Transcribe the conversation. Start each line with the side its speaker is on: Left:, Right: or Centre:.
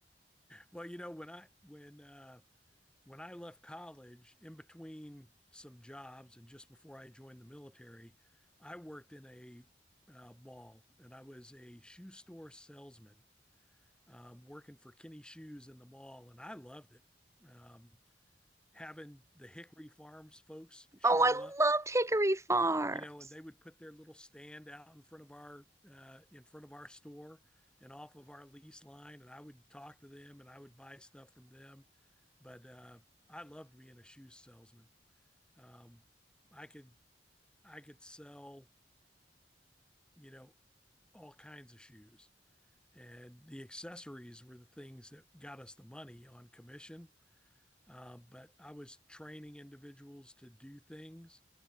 Centre: well, you know, when I when uh when I left college, in between some jobs and just before I joined the military, I worked in a uh, mall and I was a shoe store salesman um, working for Kenny Shoes in the mall, and I loved it. Um, having the Hickory Farms folks show
Right: Oh, I
Centre: up,
Right: loved Hickory Farms.
Centre: you know, and they would put their little stand out in front of our uh, in front of our store and off of our lease line, and I would talk to them and I would buy stuff from them. But uh, I loved being a shoe salesman. Um, I could I could sell you know all kinds of shoes, and the accessories were the things that got us the money on commission. Uh, but I was training individuals to do things